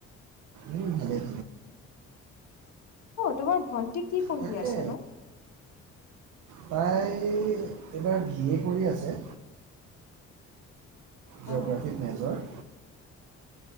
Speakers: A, on the right (about 90°); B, on the left (about 65°).
A: উম ভালেই
B: অ তোমাৰ ভণ্টিক কি পঢ়ি
A: তাকে
B: আছে ন
A: তাই এইবাৰ বি এ কৰি আছে জোগ্ৰাফী
B: অ
A: নগৰ